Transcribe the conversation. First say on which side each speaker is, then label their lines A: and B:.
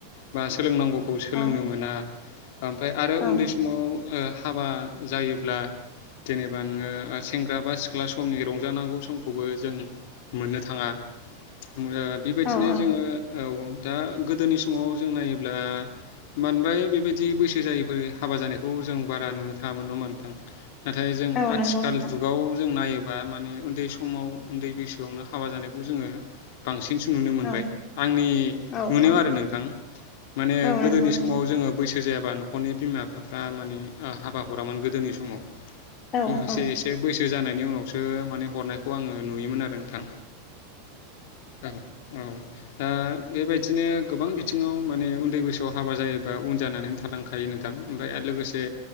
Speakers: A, on the left (about 60°); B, on the left (about 30°).
A: बा सोलोंनांगौखौ सोलोंनो
B: औ
A: मोना ओमफ्राय आरो
B: औ
A: उन्दै समाव ओ हाबा जायोब्ला जेनेबा नोङो सेंग्रा बा सिख्ला समनि रंजानांगौ समखौबो जों मोननो थाङा। ओ बेबायदिनो
B: औ औ
A: जोङो औ दा गोदोनि समाव जों नायोब्ला बानद्राय बेबायदि बैसो जायैफोर हाबा जानायखौ जों बारा नुनो थाङामोन नङा होनबा नोंथां नाथाय जों
B: औ
A: आथिखाल
B: नंगौ नोंथां
A: जुगाव जों नायो ब्ला माने उन्दै समाव उन्दै बैसोआवनो हाबा जानायखौ जोङो बांसि नसो नुनो मोनबाय
B: औ
A: आंनि
B: औ
A: नुनायाव
B: औ
A: आरो नोंथां माने
B: औ
A: गोदोनि
B: नंगौ नोंथां
A: समाव जोङो बै सो जायाबा न'खरनि बिमा-बिफाफ्रा माने ओ हाबा हरामोन गोदोनि समाव
B: औ
A: माखासे
B: औ
A: एसे बैसो जानायनि उनावसो माने हरनायखौ आङो नुयोमोन आरो नोंथां। औ औ दा बेबायदिनो गोबां बिथिङाव माने उन्दै बोसो थ हाबा जायोबा उन जानानै थालांखायो नोंथां ओमफ्राय आरो ओ लोगोसे